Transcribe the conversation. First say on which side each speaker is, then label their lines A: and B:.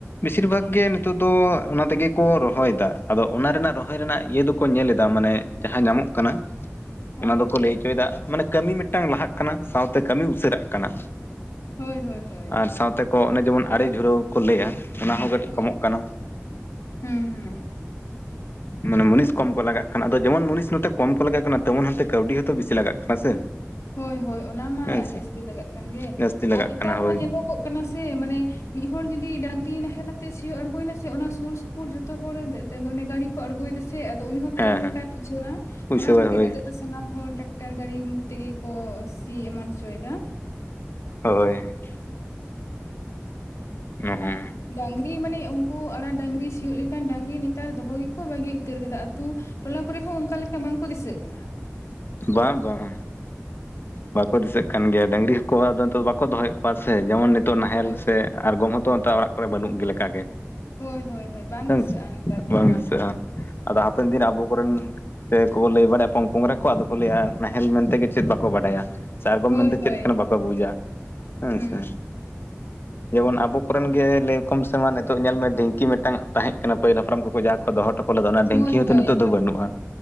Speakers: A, on the left; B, on the left.
A: ᱵᱮᱥᱤᱨ ᱵᱷᱟᱜ ᱜᱮ ᱱᱤᱛᱚᱜ ᱫᱚ ᱚᱱᱟ ᱛᱮᱜᱮ ᱠᱚ ᱨᱚᱦᱚᱭ ᱮᱫᱟ ᱟᱫᱚ ᱚᱱᱟ ᱨᱮᱱᱟᱜ ᱨᱚᱦᱚᱭ ᱨᱚᱦᱚᱭ ᱨᱮᱱᱟᱜ ᱤᱭᱟᱹ ᱫᱚᱠᱚ ᱧᱮᱞ ᱮᱫᱟ, ᱢᱟᱱᱮ ᱡᱟᱦᱟᱸ ᱧᱟᱢᱚᱜ ᱠᱟᱱᱟ
B: ᱦᱳᱭ
A: ᱚᱱᱟ ᱫᱚᱠᱚ ᱞᱟᱹᱭ ᱦᱚᱪᱚᱭ ᱮᱫᱟ ᱢᱟᱱᱮ ᱠᱟᱹᱢᱤ ᱢᱤᱫᱴᱟᱝ ᱞᱟᱦᱟᱜ ᱠᱟᱱᱟ ᱥᱟᱶᱛᱮ ᱠᱟᱹᱢᱤ ᱩᱥᱟᱹᱨᱟᱜ ᱠᱟᱱᱟ᱾
B: ᱦᱳᱭ ᱦᱳᱭ, ᱦᱳᱭ
A: ᱟᱨ ᱥᱟᱶᱛᱮ ᱠᱚ ᱚᱱᱮ ᱡᱮᱢᱚᱱ ᱟᱲᱮ ᱡᱷᱩᱱᱟᱹᱣ ᱠᱚ ᱞᱟᱹᱭᱟ, ᱚᱱᱟ ᱦᱚᱸ ᱠᱟᱹᱴᱤᱡ
B: ᱦᱳᱭ
A: ᱠᱚᱢᱚᱜ ᱠᱟᱱᱟ᱾
B: ᱦᱩᱸ ᱦᱩᱸ
A: ᱢᱟᱱᱮ ᱢᱩᱱᱤᱥ ᱠᱚᱢ ᱠᱚ ᱞᱟᱜᱟᱜ ᱠᱟᱱᱟ ᱟᱫᱚ ᱡᱮᱢᱚᱱ ᱢᱩᱱᱤᱥ ᱱᱚᱛᱮ ᱠᱚᱢ ᱠᱚ ᱞᱟᱜᱟᱜ ᱠᱟᱱᱟ ᱛᱮᱢᱚᱱ ᱚᱱᱛᱮ ᱠᱟᱹᱣᱰᱤ ᱦᱚᱸᱛᱚ ᱵᱤᱥᱤ ᱞᱟᱜᱟᱜ ᱠᱟᱱᱟ ᱥᱮ᱾
B: ᱦᱳᱭ ᱦᱳᱭ ᱚᱱᱟ ᱢᱟ
A: ᱦᱮᱸ
B: ᱡᱟᱹᱥᱛᱤ
A: ᱥᱮ
B: ᱞᱟᱜᱟᱜ ᱠᱟᱱ ᱜᱮ
A: ᱡᱟᱹᱥᱛᱤ ᱞᱟᱜᱟᱜ
B: ᱟᱨ ᱱᱮᱛᱟᱨ
A: ᱠᱟᱱᱟ ᱦᱳᱭ
B: ᱢᱟ ᱧᱮᱞᱚᱜᱚᱜ ᱠᱟᱱᱟ ᱥᱮ ᱢᱟᱱᱮ ᱢᱤᱫ ᱦᱚᱲ ᱡᱩᱫᱤ ᱰᱟᱝᱨᱤ ᱱᱟᱦᱮᱞ ᱟᱛᱮ ᱥᱤᱭᱳᱜ ᱮ ᱟᱬᱜᱳ ᱱᱟᱥᱮ ᱚᱱᱟ ᱥᱩᱨ ᱥᱩᱯᱩᱨ ᱡᱚᱛᱚ ᱦᱚᱲᱮ ᱜᱟᱹᱰᱤ ᱠᱚ ᱟᱬᱜᱚᱭᱮᱫᱟ ᱥᱮ ᱟᱫᱚ ᱩᱱᱤ ᱦᱚᱸ
A: ᱦᱮᱸ
B: ᱛᱟᱭᱚᱢ
A: ᱦᱮᱸ
B: ᱞᱮᱠᱟᱭ ᱵᱩᱡᱷᱟᱹᱣᱟ
A: ᱵᱩᱡᱷᱟᱹᱣᱟᱭ
B: ᱚᱱᱟ ᱠᱷᱟᱹᱛᱤᱨ
A: ᱦᱳᱭ
B: <inaudible> ᱥᱟᱱᱟᱢ ᱦᱚᱲ ᱴᱨᱟᱠᱴᱚᱨ ᱜᱟᱹᱰᱤ ᱛᱮᱜᱮ ᱠᱚ ᱥᱤ ᱮᱢᱟᱱ ᱦᱚᱪᱚᱭ ᱮᱫᱟ᱾
A: ᱦᱳᱭ, ᱱᱚᱜᱼᱚ
B: ᱰᱟᱝᱨᱤ ᱢᱟᱱᱮ ᱩᱱᱠᱩ ᱟᱲᱟ ᱰᱟᱝᱨᱤ ᱥᱤᱭᱳᱜ ᱞᱮᱠᱷᱟᱱ ᱰᱟᱝᱨᱤ ᱱᱮᱛᱟᱨ ᱫᱚᱦᱚ ᱜᱮᱠᱚ ᱵᱟᱹᱜᱤ ᱩᱛᱟᱹᱨ ᱟᱠᱟᱫᱟ᱾ ᱟᱛᱳ ᱴᱚᱞᱟ ᱠᱚᱨᱮ ᱦᱚᱸ ᱚᱱᱠᱟ ᱞᱮᱠᱟ ᱵᱟᱝᱠᱚ ᱫᱤᱥᱟᱹᱜ ᱠᱟᱱᱟ,
A: ᱵᱟᱝ -ᱵᱟᱝ, ᱵᱟᱠᱚ ᱫᱤᱥᱟᱹᱜ ᱠᱟᱱ ᱜᱮᱭᱟ ᱰᱟᱹᱝᱨᱤ ᱦᱚᱸᱠᱚ ᱟᱫᱚ ᱵᱟᱠᱚ ᱫᱚᱦᱚᱭᱮᱫ ᱠᱚᱣᱟ ᱥᱮ ᱡᱮᱢᱚᱱ ᱱᱤᱛ ᱛᱚ ᱱᱟᱦᱮᱞ
B: ᱦᱳᱭ
A: ᱥᱮ ᱟᱸᱬᱜᱚᱢ ᱦᱚᱛᱚ ᱱᱮᱛᱟᱜ ᱚᱲᱟᱜ ᱠᱚᱨᱮ ᱵᱟᱹᱱᱩᱜ ᱜᱮ ᱞᱮᱠᱟᱜ ᱜᱮ᱾
B: ᱦᱳᱭ ᱦᱳᱭ ᱦᱳᱭ ᱵᱟᱝ
A: ᱦᱮᱸ
B: ᱫᱤᱥᱟᱹᱜᱼᱟ
A: ᱥᱮ
B: ᱱᱮᱛᱟᱨ ᱫᱚ
A: ᱵᱟᱝ
B: ᱚᱱᱟ
A: ᱫᱤᱥᱟᱹᱜ-ᱟ
B: ᱦᱚᱸ
A: ᱟᱫᱚ ᱦᱟᱯᱮᱱ ᱫᱤᱱ ᱟᱵᱚ ᱠᱚᱨᱮᱱ ᱥᱮ ᱠᱚ ᱞᱟᱹᱭ ᱵᱟᱲᱟᱭᱟ ᱯᱳᱝ ᱯᱳᱝ ᱨᱮ ᱟᱫᱚᱠᱚ ᱞᱟᱹᱭᱟ ᱱᱟᱦᱮᱞ ᱢᱮᱱᱛᱮ ᱜᱮ ᱪᱮᱫ ᱵᱟᱠᱚ ᱵᱟᱰᱟᱭᱟ ᱥᱮ ᱟᱸᱬᱜᱚᱢ
B: ᱦᱳᱭ
A: ᱢᱮᱱᱛᱮ
B: ᱦᱳᱭ
A: ᱪᱮᱫ ᱠᱟᱱᱟ ᱵᱟᱠᱚ ᱵᱩᱡᱟ ᱦᱮᱸ
B: ᱦᱩᱸ
A: ᱥᱮ᱾ ᱡᱮᱢᱚᱱ ᱟᱵᱚ ᱠᱚᱨᱮᱱ ᱜᱮ ᱞᱮ ᱠᱚᱢ ᱥᱮᱢᱟ ᱱᱤᱛᱚᱜ ᱧᱮᱞ ᱢᱮ ᱰᱷᱤᱝᱠᱤ ᱢᱤᱜᱴᱟᱝ ᱛᱟᱦᱮᱸ ᱠᱟᱱᱟ ᱯᱟᱹᱦᱤᱞ ᱦᱟᱯᱲᱟᱢ ᱠᱚ ᱠᱚ ᱡᱟᱦᱟᱸ ᱠᱚ ᱫᱚᱦᱚ ᱦᱚᱴᱚ ᱠᱚ ᱞᱮᱫᱟ ᱚᱱᱟ ᱰᱷᱤᱝᱠᱤ
B: ᱦᱳᱭ
A: ᱦᱚᱸᱛᱚ
B: ᱦᱳᱭ
A: ᱱᱤᱛᱚᱜ ᱫᱚ ᱵᱟᱹᱱᱩᱜᱼᱟ᱾